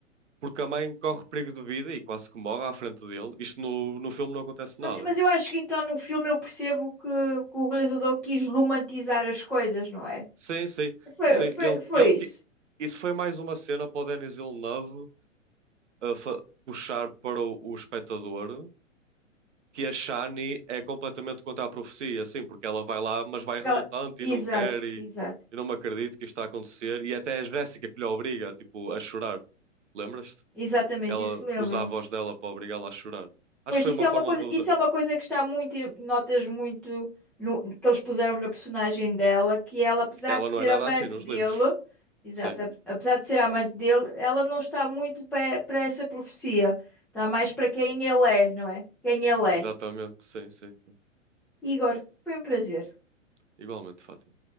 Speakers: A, on the right; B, in the centre.
A: porque a mãe corre perigo de vida e quase que morre à frente dele. Isto no, no filme não acontece
B: Mas,
A: nada.
B: mas eu acho que então no filme eu percebo que, que o realizador quis romantizar as coisas, não é?
A: Sim, sim,
B: Foi,
A: sim,
B: foi,
A: ele,
B: foi
A: ele, que-
B: isso.
A: isso foi mais uma cena para o Denis Villeneuve eh, fa- puxar para o o espectador que a Shani é completamente contra a profecia, assim, porque ela vai lá, mas vai relutante
B: Ela- Exato,
A: e não quer e,
B: exato.
A: e não me acredito que isto está a acontecer. E até é a Jéssica que lhe obriga, tipo, a chorar. Lembras-te?
B: Exatamente,
A: Ela
B: isso lembro.
A: usa a voz dela para obrigá-la a chorar. Acho
B: Pois
A: que foi
B: isso
A: uma
B: é
A: forma
B: uma coisa,
A: do.
B: isso
A: da-
B: é uma coisa que está muito, em- notas muito no- que eles puseram na personagem dela, que ela, apesar
A: Ela
B: de ser
A: não é nada
B: amante
A: assim nos
B: dele,
A: livros.
B: exato,
A: Sim,
B: ap- apesar de ser amante dele, ela não está muito para para essa profecia. Está mais para quem ele é, não é? Quem ele é.
A: exatamente. Sim, sim. sim.
B: Igor, foi um prazer.
A: Igualmente, Fátima.